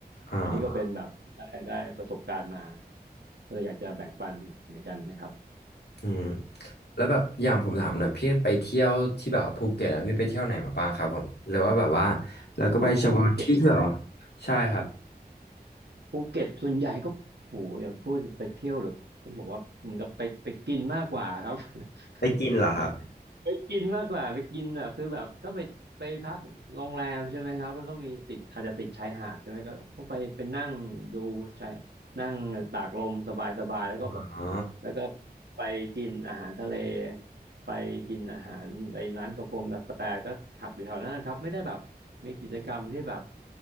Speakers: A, on the left; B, on the right.
A: อ่า
B: อันนี้ก็เป็นแบบได้ได้ประสบการณ์มาก็เลยอยากจะแบ่งปันเหมือนกันนะครับ
A: อืมแล้วแบบอย่างผมถามหน่อยพี่ไปเที่ยวที่แบบภูเก็ตอะพี่ไปเที่ยวไหนมาบ้างครับผมหรือว่าแบบว่าแล้วก็ไปเฉพาะที่ที่แบบว่า
B: อ๋อภูเก็ตใช่ไหม
A: ใช่ครับ
B: ภูเก็ตส่วนใหญ่ก็โหอย่าพูดไปเที่ยวหรือต้องบอกว่าเหมือนกับไปไปกินมากกว่าครับ
A: ไปกินเหรอครับ
B: <laughs> ไปกินมากกว่าไปกินแบบคือแบบก็ไปไปพักโรงแรมใช่ไหมครับแล้วก็มีติดอาจจะติดชายหาดใช่ไหมก็ก็ไปไปนั่งดูชายนั่งตากลมสบายๆแล้วก็แบบ
A: อ๋อ
B: แล้วก็ไปกินอาหารทะเลไปกินอาหารในร้านกาแฟกาแฟก็ขับอยู่แถวนั้นนะครับไม่ได้แบบมีกิจกรรมที่แบบ